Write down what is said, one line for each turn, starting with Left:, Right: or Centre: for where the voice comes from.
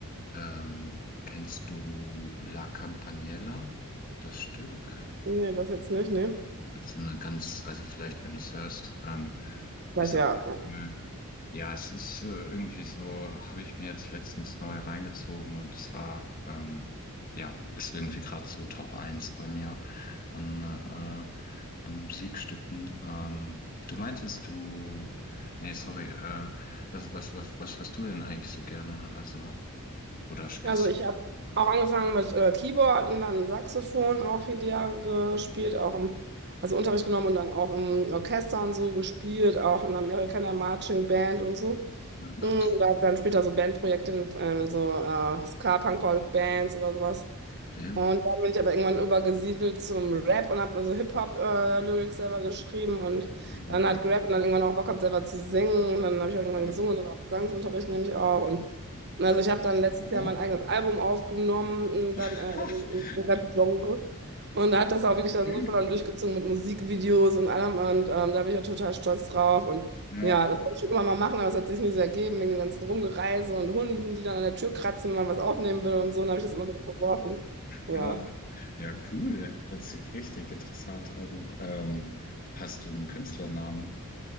Left: ähm, kennst du La Campaniella, das Stück?
Right: Nee, das jetzt nicht, nee.
Left: Hat so eine ganz, also vielleicht, wenn du es hörst, ähm,
Right: Weil
Left: ist
Right: ja.
Left: auf jeden Fall, ja, es ist äh, irgendwie so, habe ich mir jetzt letztens neu reingezogen und zwar, ähm, ja, ist irgendwie gerade so Top eins bei mir an, äh, an Musikstücken. Ähm, du meintest, du, nee, sorry, äh, was, was, was, was hörst du denn eigentlich so gerne? Also, oder spielst
Right: Also ich
Left: du?
Right: habe auch angefangen mit äh, Keyboard und dann Saxophon auch viele Jahre
Left: Hm,
Right: gespielt, auch im, also Unterricht
Left: ja,
Right: genommen und dann auch im Orchester und so gespielt, auch in Amerika in der Marching Band und so.
Left: ja,
Right: Und
Left: krass.
Right: da dann später so Bandprojekte in, äh, so äh, Ska-Punk-Rock-Bands oder sowas.
Left: Damn.
Right: Und dann bin ich aber irgendwann übergesiedelt zum Rap und habe mir so Hip-Hop-Lyrics selber geschrieben und
Left: No
Right: dann
Left: way.
Right: hat gerappt und dann irgendwann auch Bock gehabt, selber zu singen. Und dann habe ich auch irgendwann
Left: Ja,
Right: gesungen und auch Gesangsunterricht nehme ich auch. Und und also
Left: krass.
Right: ich habe dann letztes
Left: Wow.
Right: Jahr mein eigenes Album aufgenommen, und dann
Left: <laughs>
Right: äh, im im Rap-Genre. Und da hat das
Left: Okay.
Right: auch wirklich dann so voll dann durchgezogen mit Musikvideos und allem. Und ähm, da bin ich ja total stolz drauf. Und
Left: Ja,
Right: ja, das wollte ich schon immer mal machen, aber es hat sich nie so ergeben, wegen dem ganzen Rumgereise und Hunden, die dann an der Tür kratzen, wenn man was aufnehmen will und so. Und dann habe ich das immer wieder verworfen. Ja.
Left: ja, ja, cool. Hört sich richtig interessant an. Ähm, hast du einen Künstlernamen?